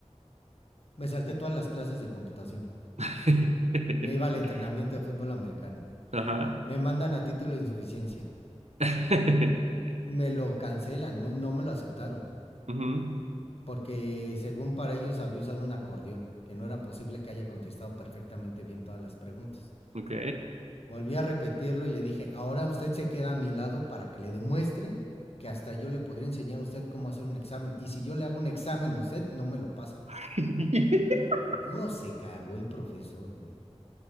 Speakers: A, on the left (about 60°); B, on the right (about 70°).
A: Me salté todas las clases de computación.
B: <laughs>
A: Me iba al entrenamiento de fútbol americano.
B: Ajá.
A: Me mandan a título de insuficiencia.
B: <laughs>
A: Me lo cancelan, no, no me lo aceptaron.
B: Ujú,
A: Porque según para ellos había usado un acordeón, que no era posible que haya contestado perfectamente bien todas las preguntas.
B: Ok.
A: Volví a repetirlo y le dije, ahora usted se queda a mi lado para que le demuestre que hasta yo le podría enseñar a usted cómo hacer un examen. Y si yo le hago un examen a usted, no me lo pasa.
B: <laughs>
A: No, se cagó el profesor, güey.